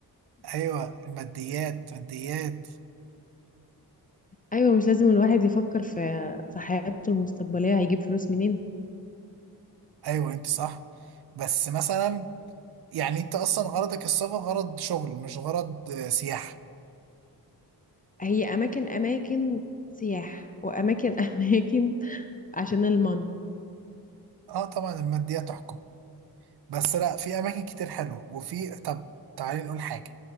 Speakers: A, on the right; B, on the left.
A: ايوه الماديات ماديات
B: ايوه مش لازم الواحد يفكر في في حياته المستقبليه هيجيب فلوس منين
A: ايوه انت صح بس مثلا يعني انت اصلا غرضك السفر غرض شغل مش غرض آه، سياحه
B: هي اماكن اماكن سياح واماكن <laughs> اماكن عشان المن
A: اه طبعا الماديات تحكم بس لا في اماكن كتير حلوه وفي طب تعالي نقول حاجه